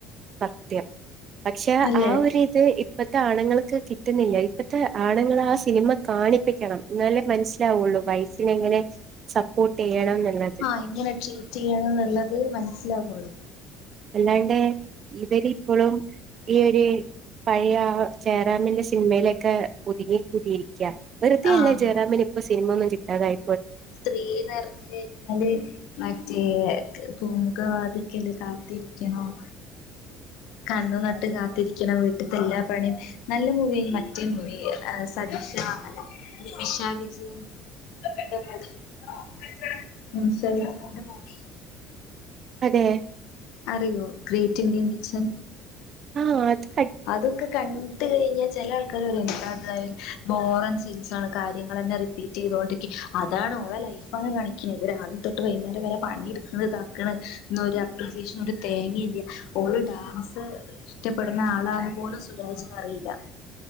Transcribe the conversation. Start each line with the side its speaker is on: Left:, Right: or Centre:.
Right: സത്യം. പക്ഷെ
Left: അല്ലേ
Right: ആ ഒരി ത് ഇപ്പത്തെ ആണുങ്ങൾക്ക് കിട്ടുന്നില്ല. ഇപ്പത്തെ ആണുങ്ങളെ ആ സിനിമ കാണിപ്പിക്കണം. ഇന്നാലേ മനസ്സിലാവുള്ളൂ. വൈഫിനെ എങ്ങനെ സപ്പോർട്ട് ചെയ്യണം ന്നുള്ള
Left: ആഹ് എങ്ങനെ ട്രീറ്റെയ്യണം ന്നുള്ളത് മനസ്സിലാവൊള്ളൂ.
Right: അല്ലാണ്ടേ ഇവരിപ്പളും ഈയൊര് പഴയ ജയറാമിന്റെ സിനിമയിലൊക്കെ ഒതുങ്ങി കൂടിയിരിക്ക്യ. വെറുതയല്ല
Left: ആഹ്
Right: ജയറാമിന് ഇപ്പോ സിനിമ ഒന്നും കിട്ടാതായ
Left: സ്ത്രീ നെർഞ് അത് മറ്റേ പൂമുഖവാതിക്കല് കാത്തിരിക്കണം കണ്ണ് നട്ട് കാത്തിരിക്കണം. വീട്ട്ത്തെ എല്ലാ പണിം നല്ല മൂവിയായിനി മറ്റേ മൂവി സദിഷ അല്ല നിമിഷ വിജയൻ. <unintelligible> മൂവി ഉം നിമിഷ വിജയൻ്റെ മൂവി
Right: അതെ.
Left: അറിയോ? Great Indian kitchen.
Right: ആഹ് അത് ക
Left: അതൊക്കെ കൺ ണ്ടിട്ട് കഴിഞ്ഞാ ചെല ആൾക്കാര് പറയും എന്താത് ബോറൻ സീൻസാണ്. കാര്യങ്ങളെന്നെ റി പിറ്റെചയ്തൊണ്ടിരിക്ക്യാ. അതാണ് ഓളെ ലൈഫാണ് കാണിക്ണ്. ഇത് രാവിൽ തൊട്ട് വൈന്നേരം വരെ പണിയെട് ന്ന് ഇതാക്ണ്. ഇന്നാ ഒരു അപ്രിസിയേഷൻ ഒരു തേങ്ങില്ല്യ. ഓള് ഡാൻസ് ഇഷ്ടപ്പെട് ണ ആളാന്ന് പോലും സുരാജിന് അറീല്ല.